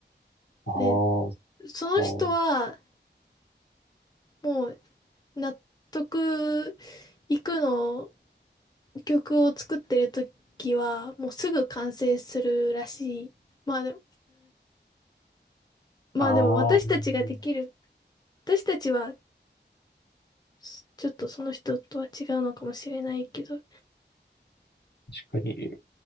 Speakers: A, on the left; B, on the left.
A: ああ、そ
B: で、その人は
A: う。
B: もう納得いくの曲を作ってる時はもうすぐ完成するらしい。まあでも、まあでも私たちができる。
A: ああ、確
B: 私たちはすちょっとその人とは違うのかもしれないけど。
A: かに。